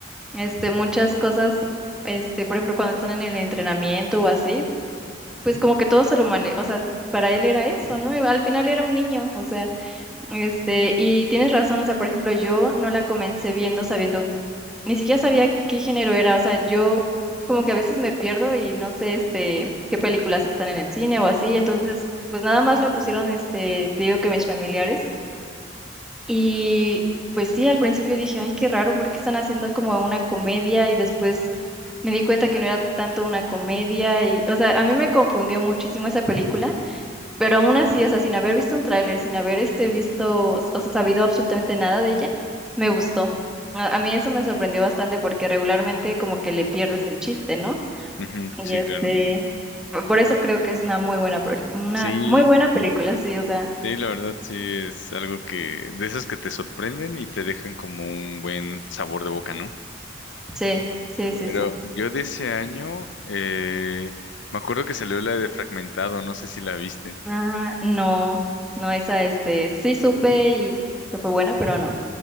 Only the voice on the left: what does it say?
Ujú,
sí,
claro.
Sí,
sí, la verdad sí es algo que, de esas que te sorprenden y te dejan como un buen sabor de boca, ¿no?
Pero
yo de ese año, eh, me acuerdo que salió la de Fragmentado, no sé si la viste.